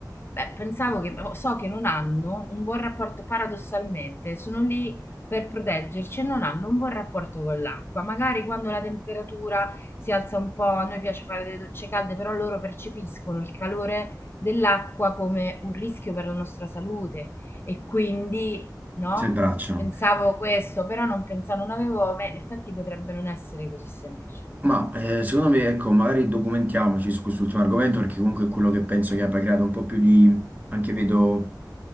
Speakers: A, on the left (about 30°); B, on the right (about 25°).
A: beh, pensavo che, oh, so che non hanno un buon rapporto, paradossalmente, sono lì per proteggerci e non hanno un buon rapporto con l'acqua. Magari quando la temperatura si alza un po', a noi piace fare delle docce calde, però loro percepiscono il calore dell'acqua come un rischio per la nostra salute e quindi, no?
B: si abbracciano.
A: Pensavo questo, però non pensavo, non avevo, beh, in effetti potrebbe non essere così semplice.
B: Ma eh, secondo me, ecco, magari documentiamoci su quest'ultimo argomento perché comunque è quello che penso che abbia creato un po' più di, anche vedo